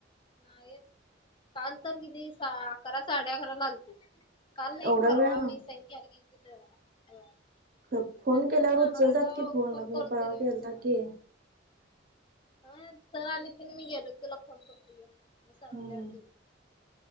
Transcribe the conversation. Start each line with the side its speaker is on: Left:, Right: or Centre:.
Left: नाही चाल तर किती अकरा साडे अकरा लागलतील. काल नाही
Right: एवढा
Left: परवा
Right: वेळानं
Left: मी सैनिकी आला गेलो.
Right: फोन
Left: नंतर
Right: केल्यावर
Left: न जाणार
Right: उचलतात
Left: आहे त
Right: की
Left: फोन
Right: मी
Left: करतो
Right: परवा
Left: घे
Right: केलता
Left: तुला
Right: की
Left: ह सर आली तीने मी गेलो तुला फोन करतझ
Right: हम्म.
Left: स माझ्या अडज हो.